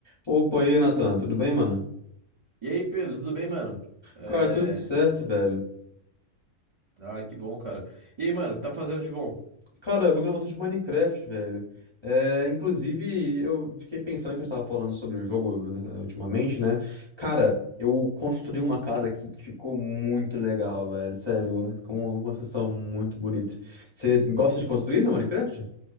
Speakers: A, on the left; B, on the right.
A: Opa, e aí, Nathan, tudo bem, mano?
B: E aí, Pedro, tudo bem, mano? É...
A: Cara, tudo certo, velho.
B: Ah, que bom, cara. E aí, mano, o que tá fazendo de bom?
A: Cara, eu joguei bastante Minecraft, velho. É, inclusive, eu fiquei pensando que a gente tava falando sobre o jogo, eh, ultimamente, né? Cara, eu construí uma casa aqui que ficou muito legal, velho. Sério, com uma construção muito bonita. Você gosta de construir no Minecraft?